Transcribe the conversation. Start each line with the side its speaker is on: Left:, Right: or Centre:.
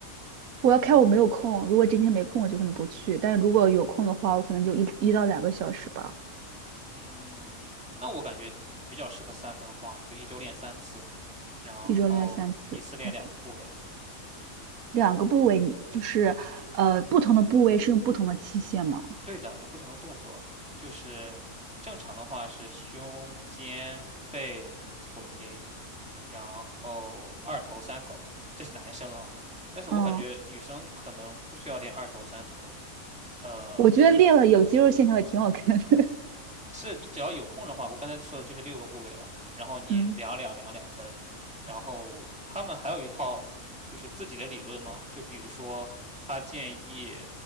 Right: 我要看我没有空。如果今天没空，我就可能不去。但是如果有空的话，我可能就一一到两个小时吧，
Centre: 嗯，那我感觉比较适合三分化，就一周练三次，然后一次练两个部位。
Right: 一周练三次。OK，两个部位你就是呃不同的部位是用不同的器械嘛？
Centre: 对的，有不同的动作，就是正常的话是胸、肩、背、腿，然后二头、三头，这是男生啊。但是我感觉女生可能不需要练二头、
Right: 嗯，
Centre: 三头，呃。
Right: 我觉得练了有肌肉线条也挺好看的。<laughs>
Centre: 是你只要有空的话，我刚才说的就是六个部位了，然后你两两两两分，
Right: 嗯，
Centre: 然后他们还有一套就是自己的理论嘛，就比如说他建议，